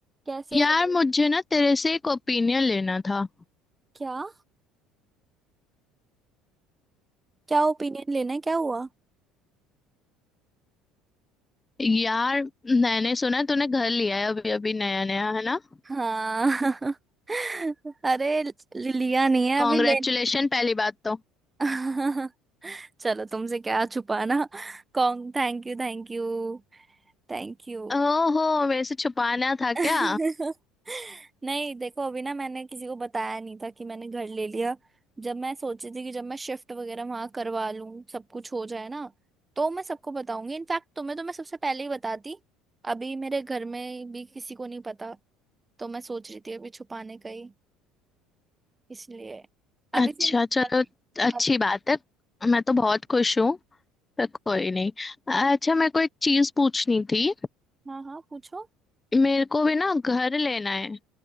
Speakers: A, on the right (about 20°); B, on the left (about 15°).
A: कैसे
B: यार
A: हो
B: मुझे ना तेरे से एक ओपिनियन लेना था
A: क्या क्या ओपिनियन लेना है क्या हुआ
B: यार मैंने सुना है तूने घर लिया है अभी अभी नया नया है ना
A: हाँ <laughs> अरे ल- लिया नहीं है
B: कॉन्ग्रेचुलेशन
A: अभी ले
B: पहली बात तो
A: <laughs> चलो तुमसे क्या छुपाना कौन Thank you thank you thank you
B: ओहो मेरे से छुपाना था
A: <laughs>
B: क्या
A: नहीं देखो अभी ना मैंने किसी को बताया नहीं था कि मैंने घर ले लिया जब मैं सोची थी कि जब मैं शिफ्ट वगैरह वहां करवा लूं सब कुछ हो जाए ना तो मैं सबको बताऊंगी इनफैक्ट तुम्हें तो मैं सबसे पहले ही बताती अभी मेरे घर में भी किसी को नहीं पता तो मैं सोच रही थी अभी छुपाने का ही इसलिए अभी
B: अच्छा
A: से
B: चलो
A: अभी
B: अच्छी
A: अब
B: बात है मैं तो बहुत खुश हूँ पर कोई नहीं अच्छा मेरे को एक चीज पूछनी थी
A: हाँ हाँ पूछो
B: मेरे को भी ना घर लेना है